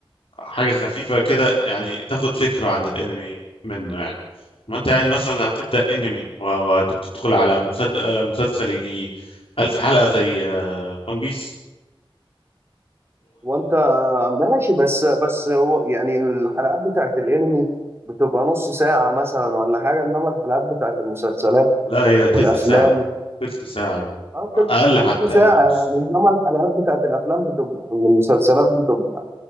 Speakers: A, on the left (about 80°); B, on the right (about 25°).
A: حاجة خفيفة كده يعني تاخد فكرة عن الانمي منه يعني ما انت يعني مثلا هتبدأ انمي و- وتدخل على مسل- آه، مسلسل يجي ألف حلقة زي ون بيس
B: وانت ماشي بس بس هو يعني الحلقات بتاعت الانمي بتبقى نص ساعة مثلا ولا حاجة انما الحلقات بتاعت المسلسلات
A: لا هي تلت
B: والافلام
A: ساعة تلت ساعة
B: اه
A: أقل
B: تلت
A: حتى
B: تلت ساعة
A: يعني ونص
B: يعني انما الحلقات بتاعت الافلام بتبقى والمسلسلات بتبقى